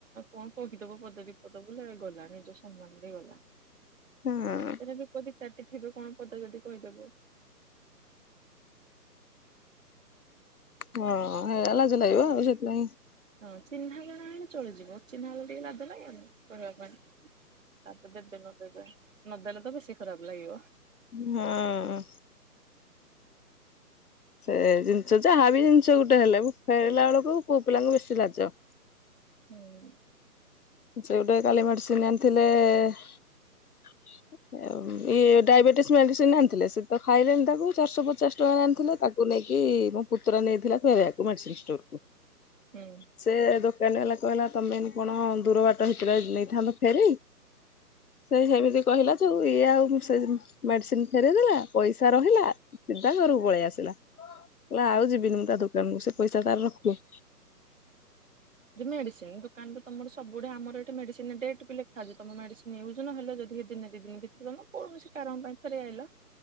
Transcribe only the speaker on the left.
ହଁ।
ହଁ ହେରା ଲାଜ ଲାଗିବ ଆଉ ସେଥିପାଇଁ
ହୁଁ ହଁ। ସେ ଭଳିଆ ଜିନିଷ ଯାହା ବିି ଜିନିଷ ଗୋଟେ ହେଲେ ଫେରିଲା ବେଳକୁ ପୁଅ ପିଲାଙ୍କୁ ବେଶୀ ଲାଜ।
ଯେଉଁ ଟା କାଲି ମେଡିସିନ ଆଣିଥିଲେ ଏମିତି ଇଏ ଡାଇବେଟିସ୍ ମେଡିସିନ ଆଣିଥିଲେ ସେ ତ ଖାଇଲେନି ତାକୁ ଚାରିଶହ ପଚାଶ ଟଙ୍କା ଆଣିଥିଲେ ତାକୁ ନେଇକି ମୋ ପୁତୁରା ନେଇଥିଲା ଫେରେଇବାକୁ ମେଡିସିନ ଷ୍ଟୋର କୁ
ସେ ଦୋକାନ ବାଲା କହିଲା ତମେ କଣ ଦୂର ବାଟ ହେଇଥିଲେ ନେଇଥାନ୍ତ ଫେରେଇ। ସେଇ ସେମିତି କହିଲା ଯୋଉ ଇଏ ଆଉ ସେ ମେଡିସିନ ଫେରଇଦେଲା ପଇସା ରହିଲା। ସିଧା ଘରୁକୁ ପଳେଇ ଆସିଲା କହିଲା ଆଉ ଯିବିନି ମୁଁ ତା ଦୋକାନକୁ ସେ ପଇସା ତାର ରଖୁ।